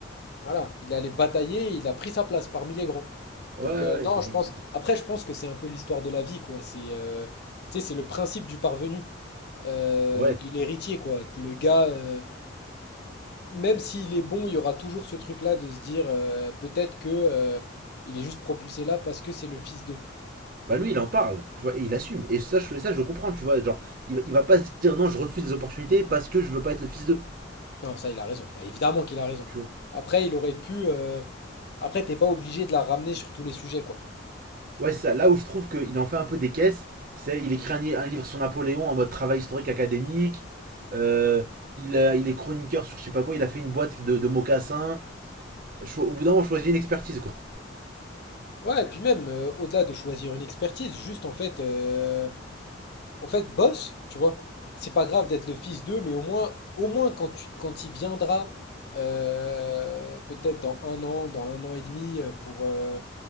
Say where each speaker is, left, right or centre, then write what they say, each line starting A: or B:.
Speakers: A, on the left; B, on the right.
A: voilà, il est allé batailler, il a pris sa place parmi les grands.
B: Ouais,
A: Donc euh,
B: ouais,
A: non,
B: il
A: je pense.
B: est.
A: Après, je pense que c'est un peu l'histoire de la vie, quoi. C'est, euh, tu sais, c'est le principe du parvenu. euh,
B: Ouais.
A: de l'héritier, quoi. Le gars, euh, même s'il est bon, il y aura toujours ce truc-là de se dire euh, peut-être que euh, il est juste propulsé là parce que c'est le fils d'eux.
B: bah lui il en parle, tu vois, et il assume. Et ça je, ça, je comprends, tu vois, genre, il, va- il va pas se dire non, je refuse les opportunités parce que je veux pas être le fils d'eux,
A: Non, ça, il a raison. Bah, évidemment qu'il a raison.
B: tu vois.
A: Après, il aurait pu. euh, Après, t'es pas obligé de la ramener sur tous les sujets, quoi.
B: Ouais, c'est ça, là où je trouve qu'il en fait un peu des caisses, c'est il écrit un, un livre sur Napoléon en mode travail historique académique, euh, il, a- il est chroniqueur sur je sais pas quoi, il a fait une boîte de, de mocassins. Cho- au bout d'un moment, on choisit une expertise, quoi.
A: Ouais, et puis même, euh, au-delà de choisir une expertise, juste en fait, euh, En fait, bosse, tu vois. C'est pas grave d'être le fils d'eux, mais au moins, au moins quand tu, quand il viendra, euh, peut-être dans un an, dans un an et demi, euh, pour, euh,